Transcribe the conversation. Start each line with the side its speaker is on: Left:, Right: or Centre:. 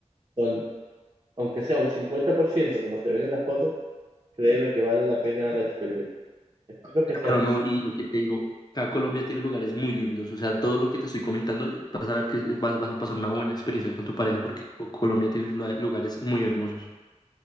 Right: son, aunque sea un 50%, como se ven en las fotos, créeme que vale la pena la experiencia. Espero que sea
Left: claro, no, y lo que te digo, acá Colombia tiene lugares muy lindos, o sea, todo lo que te estoy comentando, vas a ver que vas, vas a pasar una buena experiencia con tu pareja, porque Co- Colombia tiene lu- lugares muy hermosos.